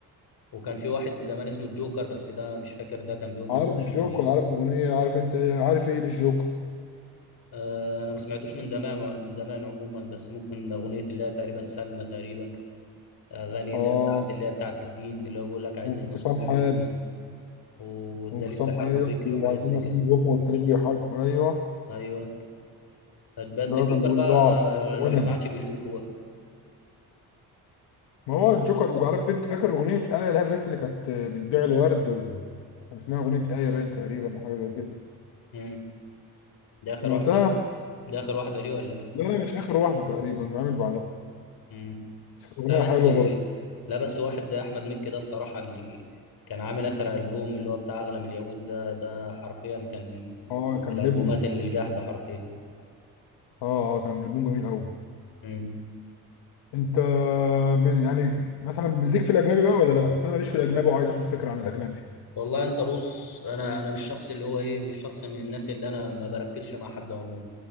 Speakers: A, on the left; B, on the left.
A: وكان في واحد زمان اسمه الجوكر بس ده مش فاكر ده كان بيقول
B: عارف
A: نصايح
B: الجوكر
A: ولا ايه
B: عارف اغنيه عارف انت ايه عارف ايه للجوكر
A: آه انا ما سمعتوش من زمان من زمان عموما بس ممكن اغنيه اللي هي تقريبا سلمى تقريبا اغاني
B: اه
A: اللي هي بتاعت اللي هي بتاعت الدين اللي هو بيقول لك عايزين
B: وانفصام
A: نصوم
B: حاد
A: وبكم و- والدليل
B: وانفصام
A: بحرب
B: ايوه
A: فكري
B: وعايزين
A: وحاجات زي
B: نصيب
A: كده
B: بكم والتاريخ بيحاكم ايوه
A: ايوه بس
B: اللي هو
A: الجوكر
B: كان بيقول
A: بقى
B: ضاعت
A: ما
B: وانا
A: الواحد ما عادش بيشوفه بقى
B: ما هو الجوكر وعارف انت فاكر اغنيه ايه لها البيت اللي كانت بتبيع الورد و... كان اسمها اغنيه ايه باين تقريبا او حاجه زي كده
A: مم. ده اخر
B: سمعتها
A: واحده ليه ده آخر واحدة ليه ولا إيه؟
B: لا لا مش اخر واحده تقريبا بعمل بعدها
A: مم.
B: بس كانت اغنيه
A: لا بس
B: حلوه برضه
A: لا بس واحد زي أحمد مكي ده الصراحة اللي كان عامل آخر ألبوم اللي هو بتاع أغلى من اليهود ده ده حرفيا كان من
B: اه كان
A: الألبومات
B: لبنه
A: الجاحدة حرفيا
B: اه اه كان لبنه جميل قوي
A: مم.
B: انت من- يعني مثلا ليك في الاجنبي بقى ولا لا اصل انا ماليش في الاجنبي وعايز اخد فكره عن الاجنبي
A: والله أنت بص أنا أنا مش شخص اللي هو إيه مش شخص من الناس اللي أنا ما بركزش مع حد عموما